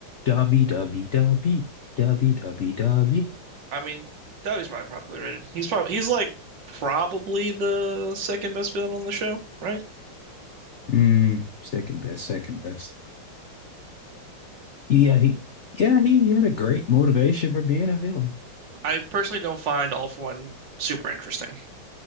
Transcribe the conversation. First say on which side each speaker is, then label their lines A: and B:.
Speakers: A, on the left; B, on the right.
A: Derby, derby, derby, derby, derby, derby.
B: I mean, Dobby's probably popular. rated. He's probably he's like probably the second best villain on the show, right?
A: Mm, second best, second best. Yeah, he, yeah, he, he had a great motivation for being a villain.
B: I personally don't find All For One super interesting.